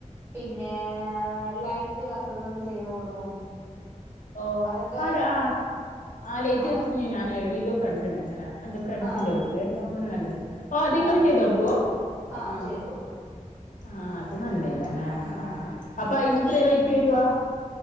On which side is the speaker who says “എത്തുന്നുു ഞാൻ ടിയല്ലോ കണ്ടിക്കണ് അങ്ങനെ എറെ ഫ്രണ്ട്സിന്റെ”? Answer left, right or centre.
Left